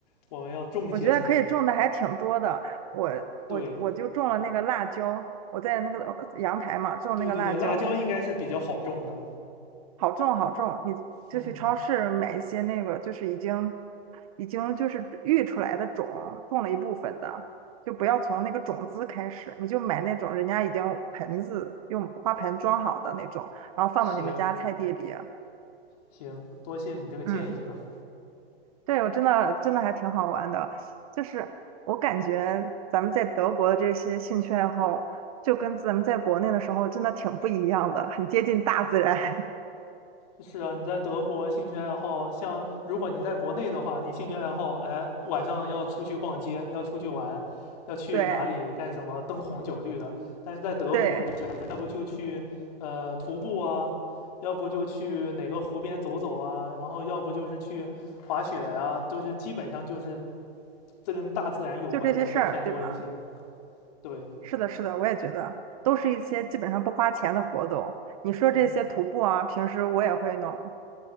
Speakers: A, on the left (about 35°); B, on the right (about 35°).
A: 我们要种一些什么？
B: 我觉得可以种的还挺多的，我我我就种了那个辣椒，
A: 对，
B: 我在那个呃阳台嘛种那个辣椒。
A: 对对对，辣椒应该是比较好种的。
B: 好种好种，你就去超市买一些那个，
A: 嗯，
B: 就是已经已经就是育出来的种，种了一部分的，就不要从那个种子开始，你就买那种人家已经盆子用花盆装好的那种，然后放到你们家菜地里。
A: 行行，多谢你这个建议啊。
B: 嗯，对，我真的真的还挺好玩的，就是我感觉咱们在德国的这些兴趣爱好，就跟咱们在国内的时候真的挺不一样的，很接近大自然。<laughs>
A: 是啊，你在德国兴趣爱好，像如果你在国内的话，你兴趣爱好，哎，晚上要出去逛街，要出去玩，要去哪里干什么，
B: 对
A: 灯红酒绿的。但是在德国，
B: 对，
A: 就是要不就去呃徒步啊，要不就去哪个湖边走走啊，然后要不就是去滑雪啊，都是基本上就是这跟大自然有关的会偏多一些。
B: 就这些事儿，对吧？
A: 对，
B: 是的，是的，我也觉得都是一些基本上不花钱的活动。你说这些徒步啊，
A: 对，
B: 平时我也会弄，